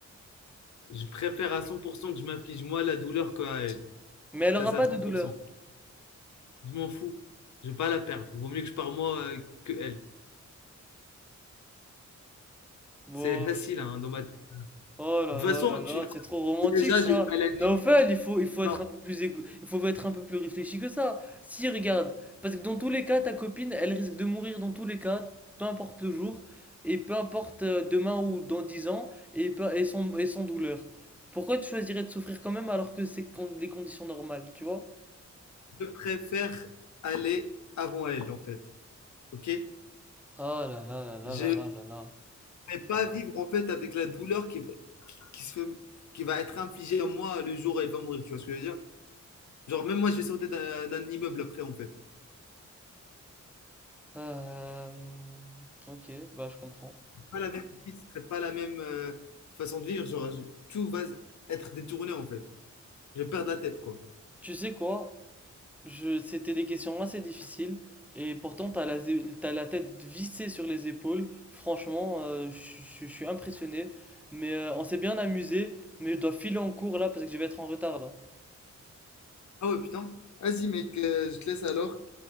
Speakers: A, on the left (about 70°); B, in the centre.
A: Je préfère à 100% que je m'afflige moi la douleur que à elle.
B: Mais elle aura
A: Ça, c'est
B: pas
A: à 100%.
B: de douleur.
A: Je m'en fous. Je vais pas la perdre. Vaut mieux que je pars moi euh, que elle.
B: Bon.
A: C'est facile hein, dans ma tête.
B: Oh là
A: De toute
B: là
A: façon,
B: là là,
A: tu le connais
B: c'est trop romantique
A: déjà,
B: ça.
A: j'ai une maladie.
B: Naofel, il faut, il faut être
A: Non,
B: un peu plus égo- il faut être un peu plus réfléchi que ça. Si, regarde, parce que dans tous les cas, ta copine, elle risque de mourir dans tous les cas, peu importe le jour, et peu importe euh, demain ou dans 10 ans, et, peu- et, sans, et sans douleur. Pourquoi tu choisirais de souffrir quand même alors que c'est con- les conditions normales, tu vois?
A: je préfère aller avant elle en fait. Ok?
B: Oh là là là
A: Je
B: là là
A: ne
B: là là là.
A: vais pas vivre en fait avec la douleur qui, va- qui, qui se fait- qui va être infligée à moi le jour où elle va mourir. Tu vois ce que je veux dire? Genre même moi, je vais sauter d'un d'un immeuble après en fait.
B: Euh, ok, bah je comprends.
A: Pas la même vie, ce serait pas la même euh, façon de vivre. Genre je- tout va être détourné en fait. Je vais perdre la tête quoi.
B: Tu sais quoi? Je, c'était des questions assez difficiles et pourtant t'as la, zé- t'as la tête vissée sur les épaules. Franchement, euh, je je- je suis impressionné. Mais euh, on s'est bien amusé, mais je dois filer en cours là parce que je vais être en retard là.
A: Ah ouais, putain. Vas-y, mec, euh, je te laisse alors.